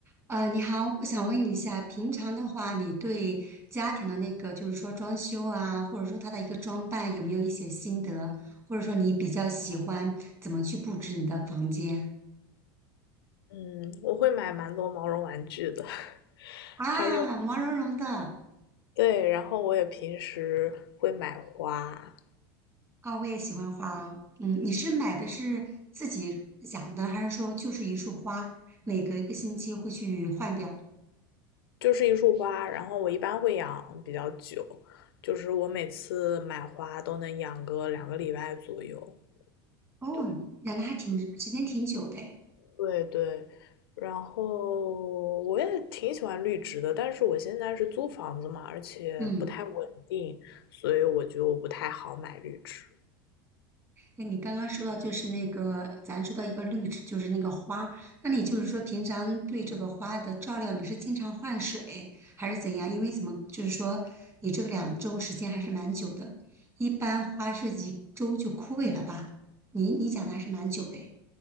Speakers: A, on the right; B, on the left.
A: 呃，你好，我想问你一下，平常的话，你对家庭的那个，就是说装修啊，或者说它的一个装扮，有没有一些心得？或者说你比较喜欢怎么去布置你的房间
B: 嗯，我会买蛮多毛绒玩具的，<laughs>
A: 啊？
B: 还有，
A: 毛茸茸的
B: 对，然后我也平时会买花，
A: 啊，我也喜欢花哦嗯，你是买的是自己养的，还是说就是一束花，每隔一个星期会去换掉？
B: 就是一束花，然后我一般会养比较久，就是我每次买花都能养个两个礼拜左右。
A: 哦，
B: 对，
A: 养的还挺时间挺久的诶
B: 对对，然后我也挺喜欢绿植的，但是我现在是租房子嘛，而且不太稳定，
A: 嗯。
B: 所以我就不太好买绿植。
A: 那你刚刚说到就是那个，咱说到一个绿植，就是那个花。那你就是说，平常对这个花的照料，你是经常换水还是怎样？因为怎么就是说，你这个两周时间还是蛮久的，一般花是一周就枯萎了吧？你你讲的还是蛮久的诶